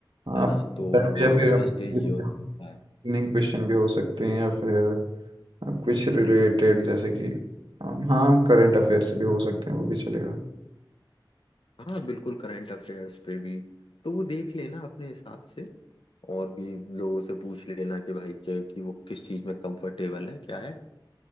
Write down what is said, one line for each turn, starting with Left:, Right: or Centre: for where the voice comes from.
Right: हाँ
Left: है
Right: आप
Left: ना तो
Right: या
Left: दूसरा
Right: फिर
Left: स्टेज
Right: रीजनिंग
Left: ये हो सकता है
Right: क्वेश्चन भी हो सकते हैं या फिर अब कुछ रिलेटेड जैसे कि अम, हाँ करंट अफेयर्स भी हो सकते हैं वो भी चलेगा
Left: हाँ बिल्कुल करंट अफेयर्स पे भी तो वो देख लेना अपने हिसाब से और भी लोगों से पूछ लेना कि भाई क्या कि वो किस चीज में कंफर्टेबल है क्या है